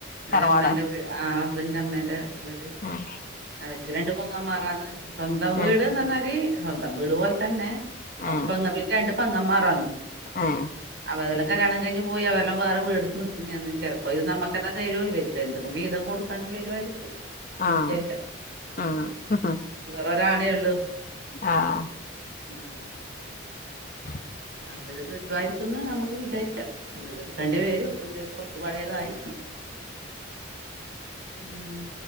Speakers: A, on the right (about 60°); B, on the left (about 40°).
A: ഇവര്
B: തറവാടോ
A: അമ്മേന്റെ വ് ആഹ് ഹസ്ബന്റെ അമ്മേന്റെ വീട്
B: ഉം
A: അവർക്ക് രണ്ട് പൊങ്ങൻമാറാന്ന് സ്വന്തം വീട്
B: ഏഹ്
A: പറഞ്ഞാല് സ്വന്തം വീട് പോലെ തന്നെ <unintelligible>
B: ഏഹ്
A: രണ്ട് പെങ്ങന്മാരാന്ന്
B: ഏഹ്
A: അവരെല്ലാം കല്യാണം കഴിഞ്ഞ് പോയി അവരെല്ലാം വേറെ വീടെട്ത്ത് നിക്കുന്നെ ആന്ന് ചെലപ്പോ ഇത് നമ്മ ക്കെന്നെ തരു ഇവരിക്ക എന്തെങ്കും വീതം കൊടുക്കെണ്ടി വെരുവായിരിക്കു എന്ന്
B: ആഹ്
A: വിചാരിക്ക
B: ആഹ് ആഹ്
A: ഇവറൊര് ആണേ ഒള്ളൂ
B: ആഹ്
A: ഉം
B: !!!!!
A: അപ്പൊ ഇത് കിട്ടുവായിരിക്കുന്ന് നമ്മക്ക് വിചാരിക്ക വീടെടുക്കേണ്ടി വരും എന്തേലൊക്കെ ഇത് പഴേതായി ഉം